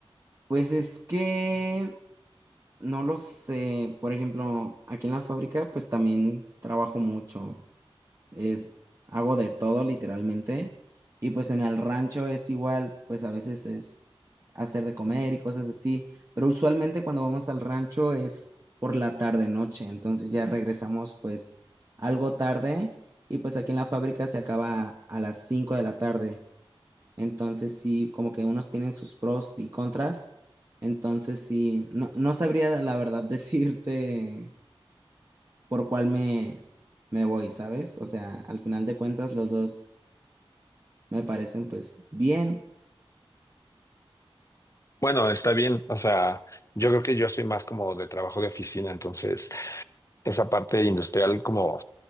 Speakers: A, on the right (about 35°); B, on the left (about 35°).
A: pues es que... No lo sé. Por ejemplo, aquí en la fábrica, pues también trabajo mucho. es, hago de todo literalmente. Y pues en el rancho es igual, pues a veces es hacer de comer y cosas así, pero usualmente cuando vamos al rancho es por la tarde noche, entonces ya regresamos pues algo tarde y pues aquí en la fábrica se acaba a las 5 de la tarde, entonces sí, como que unos tienen sus pros y contras, entonces sí, no, no sabría la verdad <laughs> decirte por cuál me, me voy, ¿sabes? O sea, al final de cuentas los dos me parecen pues bien.
B: Bueno, está bien. O sea, yo creo que yo soy más como de trabajo de oficina, entonces esa parte industrial como,